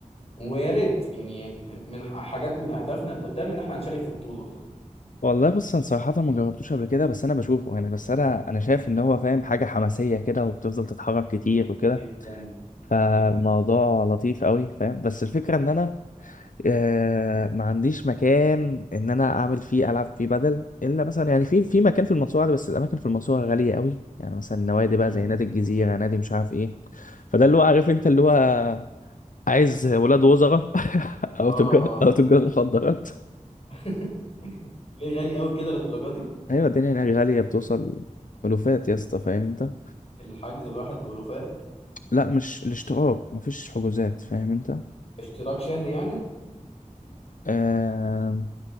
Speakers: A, on the left; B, on the left.
A: ويا ريت يعني من ح- حاجات من اهدافنا لقدام ان احنا نشارك في بطوله
B: والله بص انا صراحة ما جربتوش قبل كده بس انا بشوفه يعني بس انا انا شايف ان هو فاهم حاجة حماسية كده وبتفضل تتحرك كتير وكده
A: جدا
B: فالموضوع
A: جدا
B: لطيف قوي فاهم بس الفكرة ان انا آه ما عنديش مكان ان انا اعمل فيه العب فيه بدل الا مثلا يعني في في مكان في المنصورة عادي، بس الاماكن في المنصورة غالية قوي يعني مثلا نوادي بقى
A: مم.
B: زي نادي الجزيرة نادي مش عارف ايه فده اللي هو عارف انت اللي هو عايز ولاد وزراء <laughs> او
A: اه
B: تجار او تجار مخدرات
A: <laughs> ليه غالي قوي كده للدرجه دي
B: ايوه الدنيا هناك غاليه بتوصل الوفات يا اسطى فاهم انت
A: الحجز الواحد بألوفات
B: لا مش الاشتراك مفيش حجوزات فاهم انت
A: اشتراك شهري يعني
B: آه...